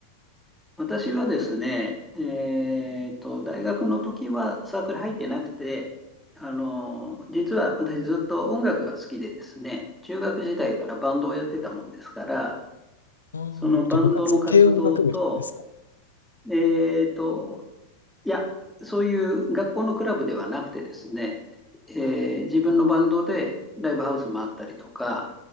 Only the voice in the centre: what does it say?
私はですね、えっと、大学の時はサークル入ってなくて、あの、実は私ずっと音楽が好きでですね、中学時代からバンドをやってたもんですから、
そのバンドの活動と、
えっと、いや、そういう学校のクラブではなくてですね、えー自分のバンドでライブハウス回ったりとか、